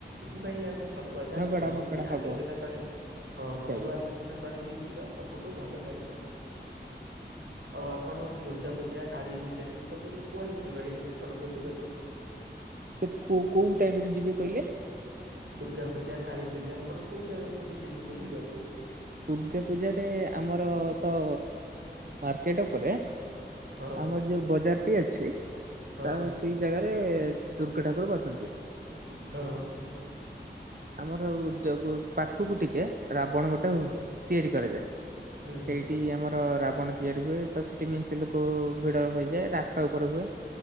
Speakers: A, on the right; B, on the right.
A: ହଁ
B: ପାଇଁ ଆମେ ସର୍ବଦା
A: ଝଗଡା
B: ଘରୁ
A: ଫକଡା
B: ହି ଆଲୋଚନା
A: ହବ
B: କରିକି
A: ଠିକ
B: ହଁ
A: କହିଲେ
B: ଘରୁ ଆଲୋଚନା କରି ଦେଇଯିବା ସବୁଠୁ ଭଲ ରହିବ। ଆଉ ଆପଣ ଦୁର୍ଗା ପୂଜା କାଳୀ ପୂଜାରେ ଏ ସବୁରେ କୁଆଡେ ଯିବେ ଆପଣ ବୁଲିବାକୁ?
A: ତତେ କୋଉ ଟାଇମରେ ଯିବେ କହିଲେ?
B: ଦୁର୍ଗା ପୂଜା କାଳୀ ପୂଜା ଆପଣ କୋଉ ଜାଗାକୁ ସବୁ ଯିବେ ବୁଲିବାକୁ?
A: ଦୁର୍ଗା ପୂଜାରେ ଆମର ତ ମାର୍କେଟ ଉପରେ।
B: ହଁ
A: ଆମର ଯଉ ବଜାରଟି ଅଛି
B: ହଁ
A: ତା ସେଇ ଜାଗାରେ ଦୁର୍ଗା ଠାକୁର ବସନ୍ତି। ତ ସେଠି
B: ହଁ।
A: ଆମର ପାଖକୁ ଟିକେ ରାବଣ ଗୋଟେ
B: ହୁଁ
A: ତିଆରି କରାଯାଏ।
B: ହୁଁ
A: ସେଇଠି ଆମର ରାବଣ ତିଆରି ହୁଏ ତ ସେଠି ମେଁଞ୍ଚ ଲୋକ ଭିଡ ହୋଇଇଯାଏ ରାସ୍ତା ଉପରେ ହୁଏ।